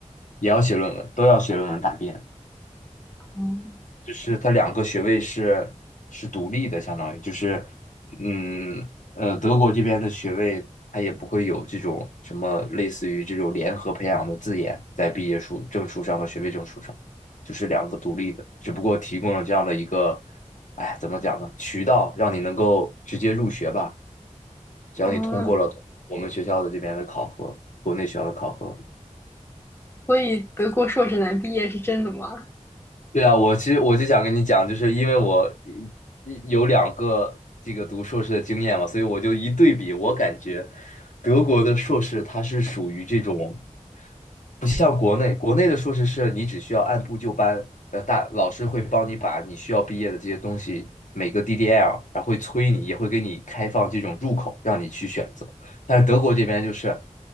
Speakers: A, on the left; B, on the left.
A: 也要写论文，都要写论文答辩。
B: 嗯，
A: 就是它两个学位是是独立的，相当于就是，嗯呃，德国这边的学位它也不会有这种什么类似于这种联合培养的字眼在毕业书证书上和学位证书上，就是两个独立的，只不过提供了这样的一个，哎，怎么讲呢？渠道让你能够直接入学吧，只要你通过了我们学校的这边的考核，
B: 啊，
A: 国内学校的考核。
B: 所以德国硕士难毕业是真的吗？
A: 对啊，我其实我就想跟你讲，就是因为我一一有两个这个读硕士的经验嘛，所以我就一对比，我感觉德国的硕士它是属于这种，不像国内，国内的硕士是你只需要按部就班，呃，大老师会帮你把你需要毕业的这些东西每个 DDL，然后会催你，也会给你开放这种入口，让你去选择。但是德国这边就是